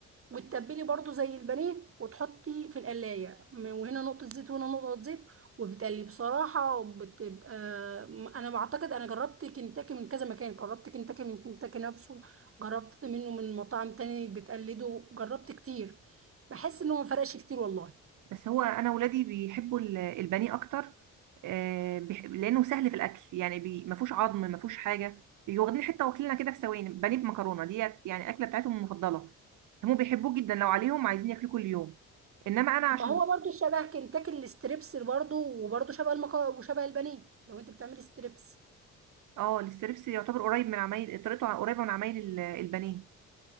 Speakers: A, on the right; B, on the right.
A: وتتبلي برضو زي البانيه وتحطي في القلاية م- وهنا نقطة زيت وهنا نقطة زيت وبتقلي بصراحة بتبقى أنا بعتقد أنا جربت كنتاكي من كذا مكان جربت كنتاكي من كنتاكي نفسه جربت منه من مطاعم تاني بتقلده جربت كتير بحس إنه ما فرقش كتير والله
B: بس هو انا ولادي بيحبوا ال- البانيه اكتر آه، بيح- لانه سهل في الاكل يعني بي... ما فيهوش عظم ما فيهوش حاجه بيجوا واخدين حته واكلينها كده في ثواني بانيه بمكرونه ديت يعني اكله بتاعتهم المفضله هم بيحبوه جدا لو عليهم عايزين ياكلوه كل يوم انما انا
A: طب
B: عشان
A: ما هو برضو شبه كنتاكي الستريبس برضو وبرضو شبه المكرونة وشبه البانيه لو أنت بتعملي ستريبس
B: اه الستريبس يعتبر قريب من عمايل طريقته قريبه من عمايل ال- البانيه